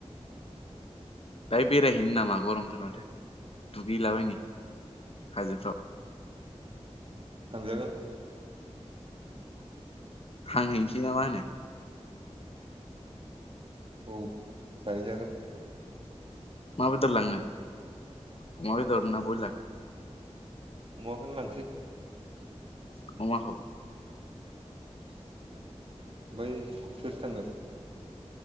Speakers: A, on the left (about 55°); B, on the right (about 50°).
A: दाहाय बेरायहैनो नामा गरमथार माथो दुगैलाबायनि हाजोफ्राव
B: थांजागोन
A: हांहैसै ना मा होनो
B: औ जाहै जागोन
A: मा बेदर लांनो अमा बेदरना बयलार
B: अमाखौनो लांसै बाय
A: अमाखौ
B: सोर-सोर थांगोन